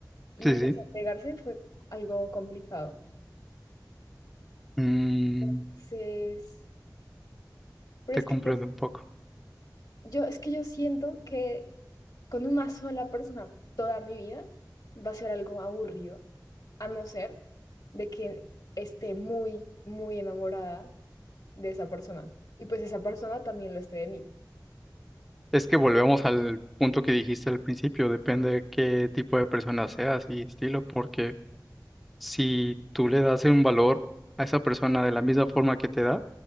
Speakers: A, on the left (about 60°); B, in the centre.
A: y
B: sí, sí.
A: desapegarse fue algo complicado.
B: Mm,
A: Entonces, pero
B: te
A: es
B: comprendo
A: que yo,
B: un poco.
A: yo- es que yo siento que con una sola persona toda mi vida va a ser algo aburrido, a no ser de que esté muy, muy enamorada de esa persona y pues esa persona también lo esté de mí.
B: Es que volvemos al punto que dijiste al principio, depende de qué tipo de persona seas y estilo, porque si tú le das un valor a esa persona de la misma forma que te da,